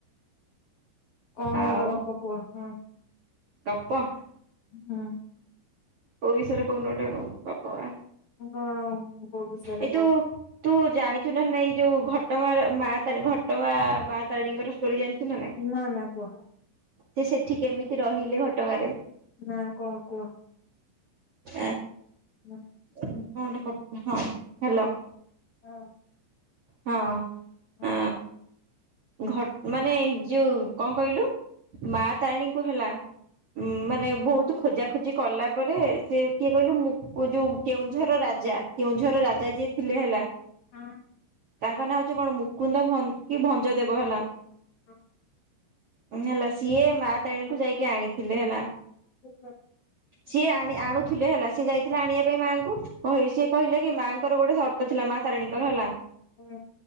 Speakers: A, on the left; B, on the right.
A: କଣ ଗୋଟେ
B: ଆଉ
A: ଗପ କୁହ ହଁ?
B: ଗପ?
A: ହୁଁ
B: କୋଉ ବିଷୟରେ କହୁନୁ ଗୋଟେ ଗପ ବା
A: କଣ କୋଉ ବିଷୟରେ
B: ଏଇ ଯୋଉ
A: କହ?
B: ତୁ ଜାଣିଛୁ ନା ନାଇଁ ଯୋଉ ଘଟଗାର ମା ତାରେ ଘଟଗା ମା ତାରିଣୀଙ୍କର ଷ୍ଟୋରି ଜାଣିଛୁ ନା ନାଇଁ?
A: ନା ନା କୁହ?
B: ସେ ସେଠି କେମିତି ରହିଲେ ଘଟଗାଁରେ?
A: ନା କଣ କୁହ?
B: ଆ
A: ହୁଁ
B: କଣଟ କ ହଁ ହେଲୋ
A: ହଁ
B: ହଁ ଆ
A: ହଁ
B: ଘ ମାନେ ଯୋଉ କଣ କହିଲୁ? ମା ତାରିଣୀଙ୍କୁ ହେଲା ମାନେ ବହୁତ ଖୋଜା ଖୋଜି କଲା ପରେ ସେ କିଏ କହିଲୁ ମୁକୁ ଯୋଉ କେଉଁଝର ର ରାଜା। କେଉଁଝର ର ରାଜା ଯିଏ ଥିଲେ ହେଲା
A: ହଁ
B: ତାଙ୍କ ନାଁ ହୋଉଛି କଣ ହେଲା ମୁକୁନ୍ଦ ଭ କି ଭଞ୍ଜ ଦେବ ହେଲା।
A: ହଁ
B: ହେଲା ସିଏ ମା ତାରିଣୀକୁ ଯାଇକି ଆଣିଥିଲେ ହେଲା।
A: ହ
B: ସିଏ ଆଣି ଆଣୁଥିଲେ ହେଲା ସିଏ ଯାଇଥିଲେ ଆଣିବା ପାଇଁ ମାଆଙ୍କୁ ସିଏ କହିଲେ କି ମା ଙ୍କର ଗୋଟେ ସର୍ତ୍ତ ଥିଲା ମା ତାରିଣୀଙ୍କର ହେଲା।
A: ହୁଁ